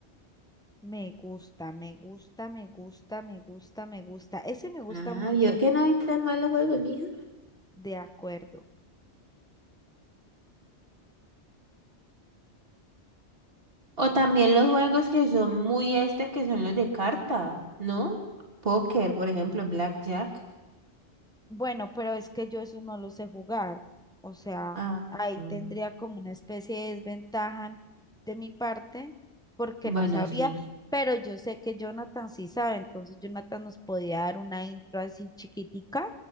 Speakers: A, in the centre; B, on the right (about 55°).
A: Me gusta, me gusta, me gusta, me gusta, me gusta. Ese me gusta
B: Ah,
A: mucho,
B: vio que no hay tan malos juegos, mija.
A: de acuerdo.
B: O también los juegos que son muy este, que son los de carta, ¿no? Póker, por ejemplo, Blackjack.
A: Bueno, pero es que yo eso no lo sé jugar. O sea,
B: Ah,
A: ahí
B: ah.
A: tendría como una especie de desventaja de mi parte porque
B: Bueno,
A: no sabría,
B: sí.
A: pero yo sé que Jonathan sí sabe, entonces Jonathan nos podía dar una intro así chiquitica